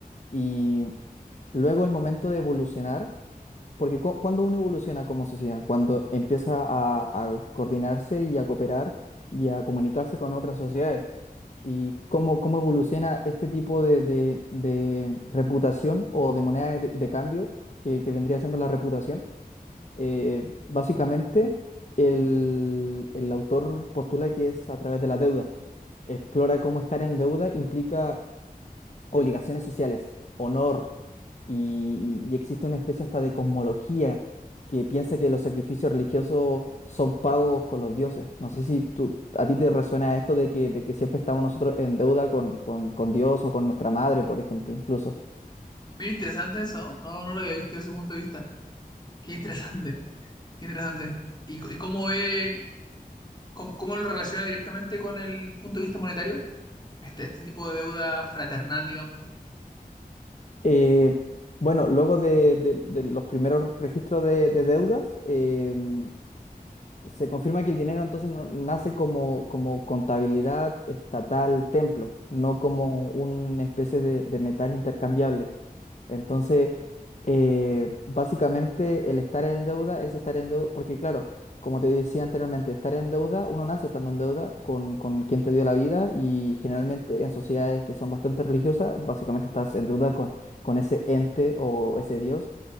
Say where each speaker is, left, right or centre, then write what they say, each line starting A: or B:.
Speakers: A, on the left (about 50°); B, on the left (about 25°).
A: Y luego el momento de evolucionar, porque cu- cuando uno evoluciona como sociedad, cuando empieza a, a coordinarse y a cooperar y a comunicarse con otras sociedades, y cómo, cómo evoluciona este tipo de, de- de reputación o de moneda de, de cambio que, que vendría siendo la reputación, eh, básicamente el, el autor postula que es a través de la deuda explora cómo estar en deuda implica obligaciones sociales, honor, y, y- y existe una especie hasta de cosmología que piensa que los sacrificios religiosos son pagos con los dioses. No sé si tú, a ti te resuena esto de que, de que siempre estamos nosotros en deuda con, con, con Dios o con nuestra madre, por ejemplo, incluso.
B: Mira, interesante eso, ¿no? No, no lo había visto desde ese punto de vista. Qué interesante, qué interesante. ¿Y, c- y cómo ve, cómo, cómo lo relaciona directamente con el punto de vista monetario? este, este tipo de deuda fraternal, digamos.
A: Eh, bueno, luego de, de- de los primeros registros de, de deudas, em, Se confirma que el dinero entonces no- nace como, como contabilidad estatal templo, no como una especie de, de metal intercambiable. Entonces, eh, básicamente el estar en deuda es estar en deuda, porque claro, como te decía anteriormente, estar en deuda, uno nace estando en deuda con, con quien te dio la vida y generalmente en sociedades que son bastante religiosas, básicamente estás en deuda con, con ese ente o ese Dios